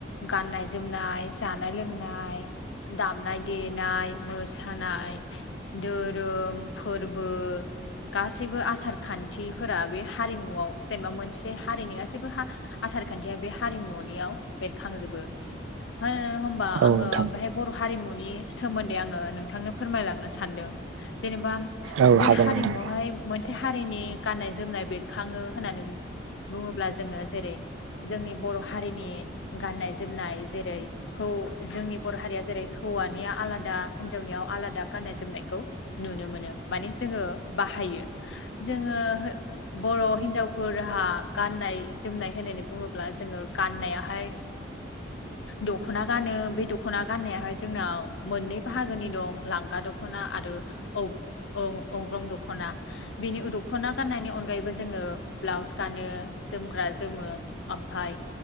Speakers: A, on the left; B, on the right.
A: गाननाय जोमनाय जानाय लोंनाय। दामनाय देनाय मोसानाय। धोरोम फोरबो गास सैबो आसार खान्थिफोरा बे हारिमुआव जेनबा मोनसे हारिनि गाससिब बो हा आसार खान्थिया बे हारिमुनियाव बेरखांजोबो। हो होमबा
B: औ
A: आङो
B: नोंथां
A: बेहाय बर' हारिमुन सोमोन्दै आङो नोंथांनो फोरमायलांनो सानदों जेनेबा
B: औ
A: बे
B: हागोन
A: हारिमुवहाय
B: नोंथां
A: से हारिनि गाननाय जोमनाय बेरखाङो होननानै बुङोब्ला जोङो जेरै जोंनि बर' हारिनि गान्नाय जोमनाय जेरै खौ उ जोंनि बर' हारिया जेरै हौवानिया आलादा- हिन्जावनियाव आलादा गाननाय जोमनायखौ नुनो मोनो माने जोङो बाहायो। जोङो बर' हिनजावफोरहा गाननाय जोमनाय होननानै बुङोब्ला जोङो गाननायाहाय। दख'ना गानो बे दख'ना गाननायाहाय जोंनाव मोननै बाहागोनि दं लांगा द दख'ना आरो औ औ औग्रं दख'ना। बिनि उदख'ना गाननायनि अनगायैबो जोङो ब्लाउस गानो जोमग्रा जोमो ओम फाय